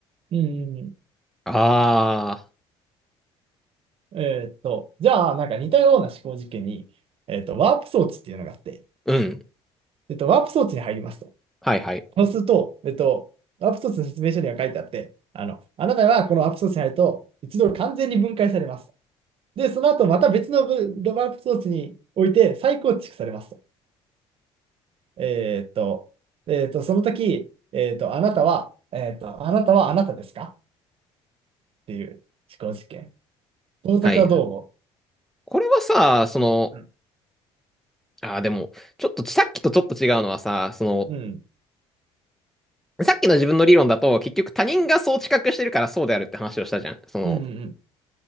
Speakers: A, on the right (about 55°); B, in the centre.
A: うん。うん
B: ああ、
A: えーっと、じゃあ、なんか似たような思考実験に、えーっと、ワープ装置っていうのがあって、
B: うん。
A: えーっと、ワープ装置に入りますと。
B: はいはい。
A: そうすると、えーっと、ワープ装置の説明書には書いてあって、あの、あなたはこのワープ装置に入ると、一度完全に分解されます。で、その後また別のぶワープ装置において再構築されますと。えーっと、えーっと、その時、えーっと、あなたは、えーっと、あなたはあなたですかっていう思考実験。この時はどう思
B: はい。これはさ、その、
A: ううん。
B: ああ、でも、ちょっとさっきとちょっと違うのはさ、その、
A: うん。
B: さっきの自分の理論だと、結局他人がそう知覚してるからそうであるって話をしたじゃん。
A: うん。
B: その、
A: うん。